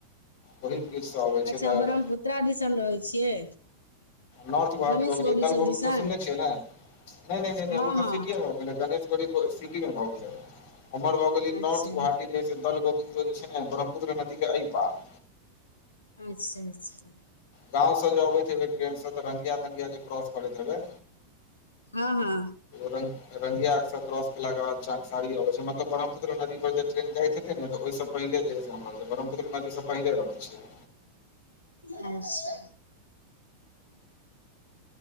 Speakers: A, on the left; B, on the left.
A: ओहि ब्रिज से अबै छै
B: अच्छा
A: तऽ
B: ब्रह्मपुत्रा दिसन रहै छियै
A: नारर्थ गेवाहाटी
B: गणेश
A: मेय
B: गौरी
A: गेल दल
B: सब
A: गुवाहाटी
B: दिसन
A: सुनने छिय नय नहि नहि
B: हँ
A: उ तऽ
B: हँ
A: सिटी गणेश गी सिटी मे भऽ गेल उमर भऽ गेल
B: अच्छा
A: नारर्थ गुवाहाटी दल गोविन्दो जे छै ने ब्रह्मपुत्र नदी के अ पार
B: अच्छा अच्छा
A: गाँव सँ जे अबैत हे ट्रेन से तऽ रंगगिया तंगगिया जे क्रॉस करैत हेबै
B: हँ हँ
A: रंगिया अ्सर क्रॉसेलला के बाद चसड़ी अबै छै मतलब ब्रहमुत्र नदी पर जब ट्रेन जाइत हेतय ओ सब पहिले जे ब्रहपुत्र नदी सब पहिले रहय छै
B: अच्छा